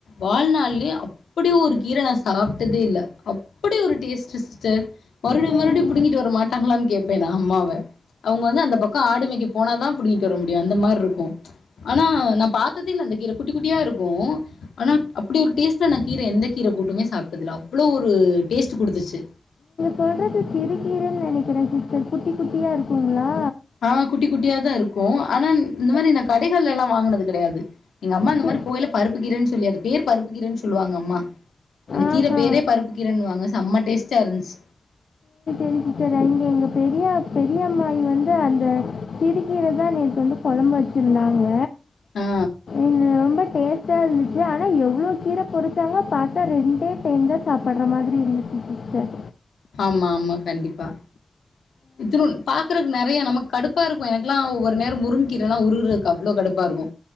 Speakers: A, on the left; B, on the left.
A: வாழ்நாள்ளே அப் அப்டி ஒரு கீர நா சாப்ட்டதே இல்ல அப்டி ஒரு டேஸ்ட் சிஸ்டர் மறுபடியு
B: சரி
A: மறுபடியு புடுங்கிட்டு வர மாட்டாங்களான்னு கேப்பே நா அம்மாவ அவுங்க வந்து அந்த பக் கோ ஆடு மேக்க போன தா புடுங்கிட்டு வர முடியு அந்த மார்ருக்கு ஆனா நா பாத்ததில்ல அந்த கீர குட்டி குட்டியா இருக்கு ஆனா அப்டி ஒரு டேஸ்ட்ல நா கீர எந்த கீர கூட்டுமே சாப்ட்டதில்ல அவ்ளோ ஒரு டேஸ்ட் குடுத்துச்சு
B: சொல்றது சிறுகீரைன்னு நெனைக்கிற சிஸ்டர் குட்டி குட்டியா இருக்குங்ளா
A: ஆ குட்டி குட்டியா தா இருக்கு ஆனா இந்த மாரி நா கடைகள்லல்லா வாங்குனது கெடையாது எங்க அம்மா இந்த
B: சே
A: மாரி போகயில பருப்புக் கீரைன்னு சொல்லி அது பேர் பருப்புக் கீரைன்னு சொல்லுவாங்க அம்மா அந்த
B: ஆஹா
A: கீர பேரே பருப்பு கீரைன்னுவாங்க செம்ம டேஸ்ட்டா இருன்ச்சு
B: சேரி சிஸ்டர் இங்க எங்க பெரிய பெரிய அம்மாயி வந்து அந்த சிறுக்கீர தா நேத்து வந்து கொழம்பு வச்சிருந்தாங்க
A: ஆ
B: இங்க ரொம்ப டேஸ்ட் டா இருந்துச்சு ஆனா எவ்ளோ கீர பொறிச்சாங்க பாத்தா ரெண்டே டைம் தா சாப்பட்ற மாரி இருந்துச்சு சிஸ்டர்
A: ஆமா ஆமா கண்டிப்பா இத்துனூன் பாக்கற நெறைய நமக்கு கடுப்பா இருக்கு எனக்குலா ஒரு நேரோ முருங்கீரல்லா உருவறக்கு அவ்ளோ கடுப்பா இருக்கு